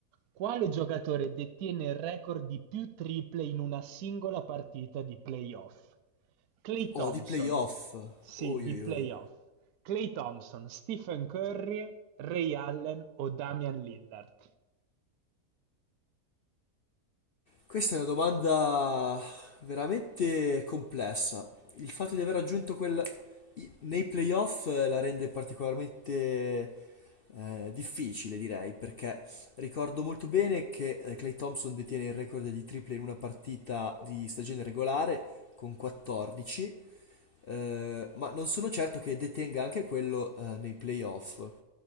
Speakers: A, on the right; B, on the left.
A: Quale giocatore detiene il record di più triple in una singola partita di playoff? Clay Thompson.
B: Oh, di playoff.
A: Sì,
B: Oi
A: di
B: oi
A: playoff.
B: oi.
A: Clay Thompson, Stephen Curry, Ray Allen o Damian Lillard?
B: Questa è una domanda veramente complessa. Il fatto di aver raggiunto quel... i- nei playoff eh, la rende particolarmente eh, difficile, direi, perché ricordo molto bene che eh, Klay Thompson detiene il record di triple in una partita di stagione regolare con 14, eh, ma non sono certo che detenga anche quello eh, nei playoff.